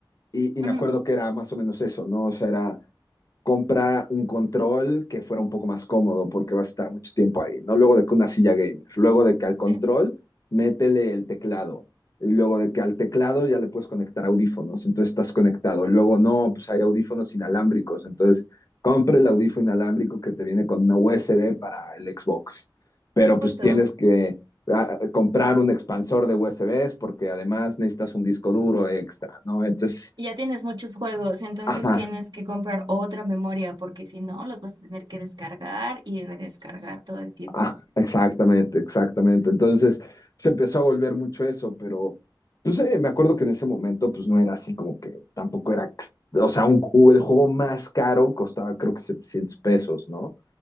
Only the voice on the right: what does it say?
ujú,
sí,
justo.
Y Ya tienes muchos juegos, entonces
tienes que comprar otra memoria porque si no, los vas a tener que descargar y redescargar todo el tiempo.